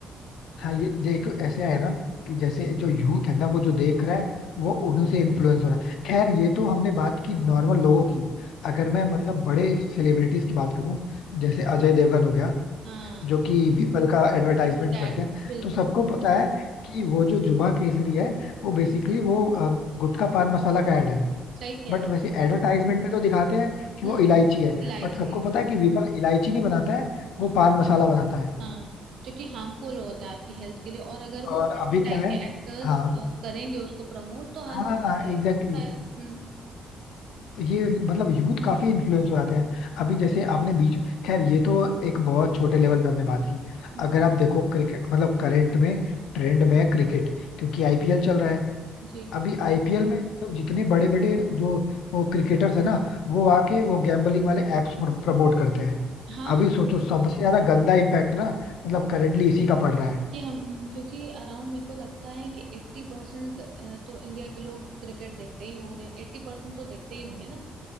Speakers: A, on the left; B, on the right.
A: हाँ ये देखो ऐसे है ना कि जैसे जो यूथ है ना वो जो देख रहा है वो उन्हीं से इन्फ्लुएंस हो रहा है खैर ये तो हमने बात की नॉर्मल लोगों की अगर मैं मतलब बड़े सेलिब्रिटीज की बात करूं जैसे अजय देवगन हो गया
B: हाँ
A: जो कि विपल का एडवर्टाइजमेंट
B: डैड
A: करते हैं
B: बिल्कुल
A: तो सबको पता है कि वो जो जुबा केसरी है वो बेसिकली वो अ, गुटखा पान मसाला का ऐड है
B: सही कह
A: बट
B: रहे
A: वैसे एडवर्टाइजमेंट में तो दिखाते हैं कि
B: हैं
A: वो
B: हम्म
A: इलायची है
B: इलायची
A: बट सबको पता है कि विपल इलायची नहीं बनाता है वो
B: हाँ।
A: पान मसाला बनाता है
B: हाँ जो कि हार्मफुल होता है आपकी हेल्थ के लिए और अगर वो
A: और अभी
B: ऐसे टाइप
A: क्या है
B: के एक्टर्स
A: हाँ
B: करेंगे उसको प्रमोट तो हर
A: हाँ
B: बच्चे
A: एग्जैक्टली
B: आएगा
A: exactly.
B: हम्म
A: ये मतलब यूथ काफी इन्फ्लुएंस हो जाते हैं अभी जैसे आपने बीच खैर ये तो एक बहुत छोटे लेवल पे हमने बात की
B: हम्म,
A: अगर आप देखो क्रिकेट मतलब करंट में ट्रेंड में है क्रिकेट क्योंकि आईपीएल चल रहा है
B: जी
A: अभी आईपीएल में मतलब जितने बड़े बड़े जो वो क्रिकेटर्स है ना वो आके वो गैम्बलिंग वाले एप्स प्रमोट करते हैं
B: हाँ
A: अभी सोचो सबसे ज्यादा गंदा इम्पैक्ट ना मतलब करेंटली इसी का पड़ रहा है
B: ये हम हम्म, क्योंकि अराउंड मेरे को लगता है कि एट्टी परसेंट तो इंडिया के लोग क्रिकेट देखते ही होंगे एट्टी परसेंट तो देखते ही होंगे ना